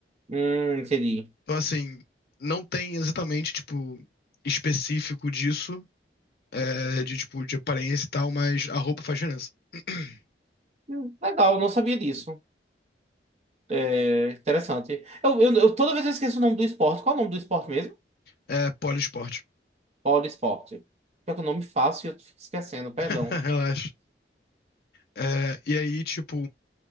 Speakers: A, on the right (about 35°); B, on the left (about 60°).
A: Hum, entendi.
B: Então, assim, não tem exatamente, tipo, específico disso, é, de, tipo, de aparência e tal, mas a roupa faz diferença. <clears throat>
A: Hum, legal, não sabia disso. É, interessante. Eu, eu, eu- toda vez eu esqueço o nome do esporte. Qual é o nome do esporte mesmo?
B: É poliesporte.
A: Bola esporte. Pior que o nome fácil e eu fico esquecendo, perdão.
B: <laughs> Relaxa. É, e aí, tipo,